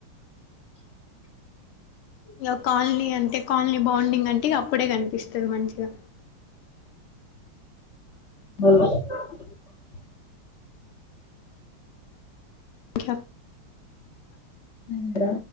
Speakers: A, on the left; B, on the left.
A: క్యూమ్
B: ఇగో కాలనీ అంటే కాలనీ బాండింగ్ అంటే అప్పుడే కనిపిస్తుంది మంచిగా
A: <inaudible>
B: ఇహ
A: ఇప్పుడు